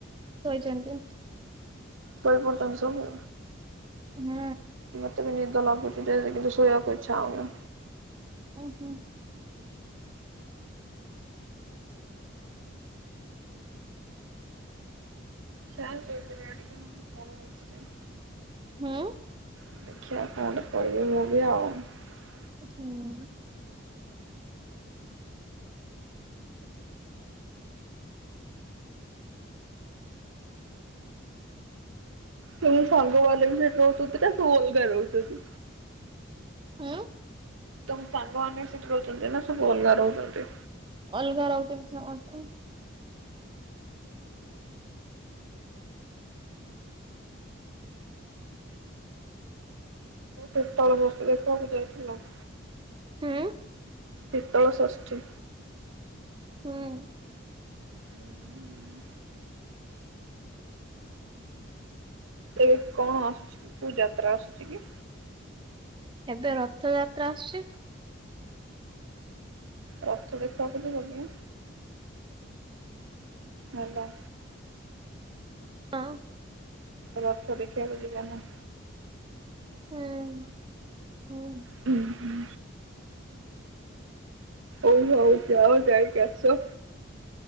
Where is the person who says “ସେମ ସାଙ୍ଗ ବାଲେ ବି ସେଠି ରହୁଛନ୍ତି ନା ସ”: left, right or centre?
Right